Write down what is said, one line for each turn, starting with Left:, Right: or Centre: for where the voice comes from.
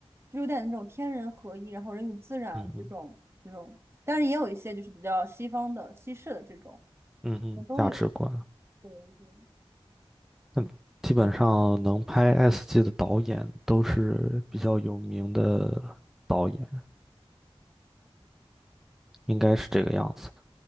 Right: 就有点那种天人合一，然后人与自然这种这种，
Centre: 嗯嗯
Right: 但是也有一些就是比较西方的西式的这种，
Centre: 嗯哼，
Right: 我都有。
Centre: 价值观。
Right: 对对
Centre: 嗯，基本上能拍《S 级的导演都是比较有名的导演，应该是这个样子的。
Right: 对，